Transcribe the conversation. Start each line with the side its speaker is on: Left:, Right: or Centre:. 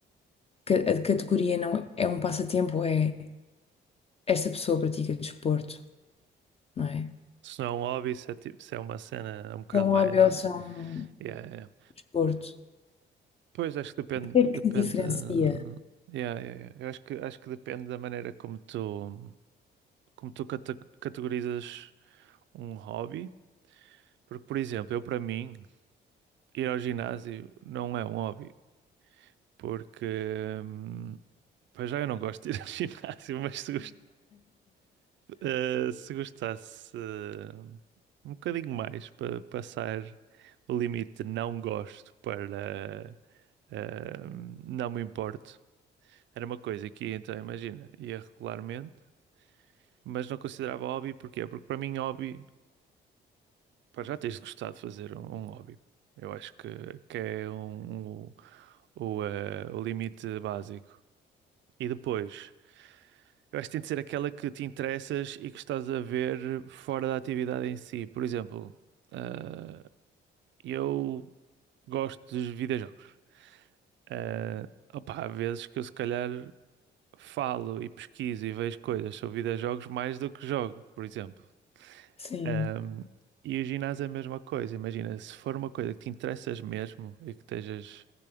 Left: que a categoria não é um passatempo, é esta pessoa pratica desporto, não é?
Right: Se não é um hobby, se é, tipo, se é uma cena um bocado
Left: É um
Right: mais.
Left: hobby ou se é um
Right: Yeah, yeah.
Left: desporto?
Right: Pois acho que depende.
Left: O que é que
Right: Depende.
Left: diferencia?
Right: Yeah, yeah, yeah. Eu acho que, acho que depende da maneira como tu, como tu cata- categorizas um hobby. Porque, por exemplo, eu para mim, ir ao ginásio não é um hobby. Porque. hum, Pois já eu não gosto de ir ao <laughs> ginásio, mas se eh, se gostasse eh, um bocadinho mais para passar o limite de não gosto para eh, não me importo, era uma coisa que então imagina, ia regularmente, mas não considerava hobby, porquê? Porque para mim hobby, pá, já tens de gostar de fazer um, um hobby. Eu acho que, que é um, um- o, eh, o limite básico. E depois, eu acho que tem de ser aquela que te interessas e que estás a ver fora da atividade em si. Por exemplo, ah, eu gosto de videojogos. Ah, opá, há vezes que eu se calhar falo e pesquiso e vejo coisas sobre videojogos mais do que jogo, por exemplo.
Left: Sim.
Right: Ahm, e o ginásio é a mesma coisa. Imagina, se for uma coisa que te interessas mesmo e que estejas